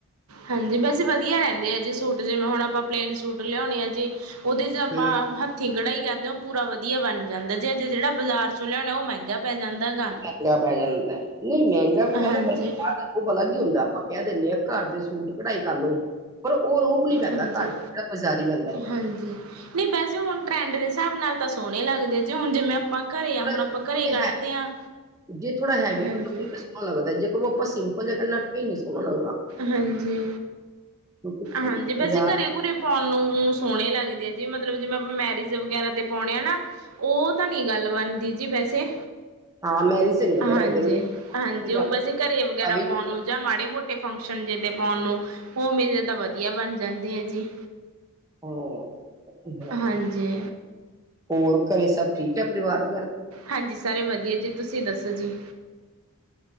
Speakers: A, on the right; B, on the right.
A: ਹਾਂਜੀ ਵੈਸੇ ਵਧੀਆ ਰਹਿੰਦੇ ਆ ਜੀ ਸੂਟ ਜਿਵੇਂ ਹੁਣ ਆਪਾਂ ਪਲੇਨ ਸੂਟ ਲਿਆਉਣੇ ਆ ਜੇ। ਉਹਦੇ ਜਾ
B: ਹੂੰ
A: ਆਪ ਹਥ ਥਿ ਕੜਾਈ ਹੀ ਕਰਦੇ ਹੋ ਉਹ ਪੂਰਾ ਵਧੀਆ ਬਣ ਜਾਂਦਾ ਜੇ ਅਜੇ ਜਿਹੜਾ ਬਾਜ਼ਾਰ ਚੋਂ ਲਿਆ ਹੋਣਾ ਉਹ ਮਹਿੰਗਾ ਪੈ ਜਾਂਦਾ ਹੈਗਾ।
B: ਕੱਪੜਾ ਪਾਇਆ ਉਹਨਾਂ ਨੇ, ਨਹੀਂ ਮਹਿੰਗਾ ਵੀ ਪੈਂਦਾ
A: ਹਾਂਜੀ
B: ਪਰ ਰੋਬ ਆਲਾਗ ਹੀ ਹੁੰਦਾ, ਆਪਾਂ ਕਹਿ ਦਿੰਦੇ ਹਾਂ ਘਰ ਦੇ ਸੂਟ ਕਢਾਈ ਕਰ ਲਓ। ਪਰ ਉਹ ਰੋਹ ਨੀ ਪੈਂਦਾ
A: ਹਾਂਜੀ
B: ਘਰ, ਜਿਹੜਾ ਬਾਜ਼ਾਰੀ ਪੈਂਦਾ ਏ।
A: ਹਾਂਜੀ। ਨਹੀਂ ਵੈਸੇ ਹੁਣ ਟਰੈਂਡ ਦੇ ਹਿਸਾਬ ਨਾਲ ਤਾਂ ਸੋਹਣੇ ਲੱਗਦੇ ਜੀ ਹੁਣ ਜਿਵੇਂ ਮੱਖਣ ਹੀ ਆ
B: ਪਰ
A: ਹੁਣ ਆਪਾਂ ਘਰੇ ਈ ਕੱਢਦੇ
B: ਇਹ ਹੈ
A: ਹਾਂ
B: ਜੇ ਥੋੜਾ ਹੈਵੀ
A: ਹਜੀ
B: ਕੱਟੋ ਫਿਰ ਸੋਹਣਾ ਲੱਗਦਾ ਜੇ ਉਹ ਕਹੀ ਆਪਾਂ ਸਿੰਪਲ ਜਾਂ ਫਿਰ ਨੀ ਸੋਹਣਾ ਲੱਗਦਾ
A: ਹਾਂਜੀ
B: ਕਿਉਂਕਿ
A: ਹਾਂਜੀ ਵੈਸੇ
B: ਬਾਜ਼ਾਰ
A: ਘਰੇ ਘੂਰੇ ਪਾਉਣ ਨੂੰ ਸੋਹਣੇ ਲੱਗਦੇ ਆ ਜੀ ਮਤਲਬ ਜਿਵੇਂ ਆਪਾ ਮੈਰਿਜ ਵਗੈਰਾ ਤੇ ਪਾਉਣੇ ਆ ਨਾ ਉਹ ਤਾਂ ਨੀ ਗੱਲ ਬਣਦੀ ਜੀ ਵੈਸੇ
B: ਹਾਂ ਮੈਰਿਜ ਤੇ ਨੀ ਵਧੀਆ
A: ਹਾਂਜੀ,
B: ਲੱਗਦੇ
A: ਹਾਂਜੀ
B: ਜਾਂਦਾ
A: ਉਹ ਵੈਸੇ ਘਰੇ ਵਗੈਰਾ
B: ਵੀ
A: ਪਾਉਣ
B: ਨੀ
A: ਨੂੰ ਜਾਂ ਮਾੜੇ ਮੋਟੇ ਫੰਕਸ਼ਨ ਜਿਹੇ ਤੇ ਪਾਉਣ ਨੂੰ ਉਵੇੇ ਦੇ ਤਾਂ ਵਧੀਆ ਬਣ ਜਾਂਦੇ ਐ ਜੀ
B: ਹੋ ਇਥੇ ਜਰਾ
A: ਹਾਂਜੀ
B: ਹੋਰ ਘਰੇ ਸਭ ਠੀਕ ਹੈ ਪਰਿਵਾਰ ਵਗੈਰਾ
A: ਹਾਂਜੀ ਸਾਰੇ ਵਧੀਆ ਜੀ ਤੁਸੀਂ ਦੱਸੋ ਜੀ?